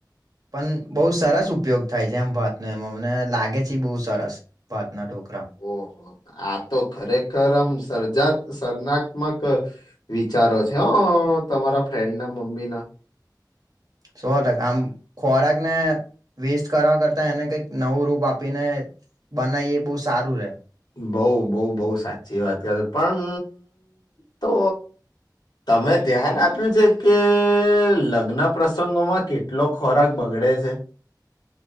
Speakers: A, on the right; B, on the left.
A: પણ બહુ સરસ ઉપયોગ થાય છે એમ ભાતનો એમાં મને લાગે છે બહુ સરસ ભાતના ો
B: ઓહો આ તો ખરેખર આમ સર્જા સર્નાત્મક વિચારો છે હ તમારા ફ્રેન્ડ ના મમ્મી ના
A: શો હતા આમ ખોરાક ને વેસ્ટ કરવા કરતા એને કઈક નવું રૂપ આપીને બનાવી એ બહુ સારું રે
B: બઉ બઉ બઉ સાચી વાત કરે પણ તો તમે ધ્યાન આપ્યું છેકે લગ્ન પ્રસંગોમાં કેટલો ખોરાક બગ ગડે છે.